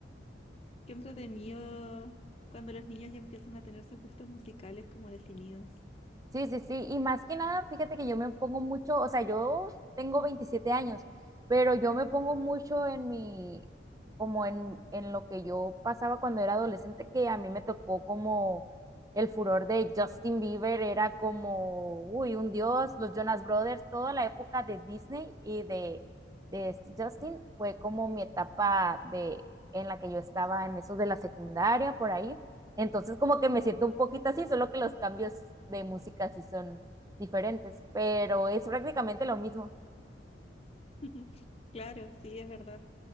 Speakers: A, on the left; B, on the right.
A: Qué entretenido cuando los niños ya empiezan a tener sus gustos musicales como definidos.
B: Sí, sí, sí. Y más que nada, fíjate que yo me pongo mucho, o sea, yo tengo 27 años, pero yo me pongo mucho en mi, como en, en lo que yo pasaba cuando era adolescente, que a mí me tocó como el furor de Justin Bieber, era como, uy, un dios, los Jonas Brothers, toda la época de Disney y de, de este Justin fue como mi etapa de, en la que yo estaba en esos de la secundaria, por ahí. Entonces como que me siento un poquito así, solo que los cambios de música sí son diferentes, pero es prácticamente lo mismo.
A: <laughs> Claro, sí, es verdad.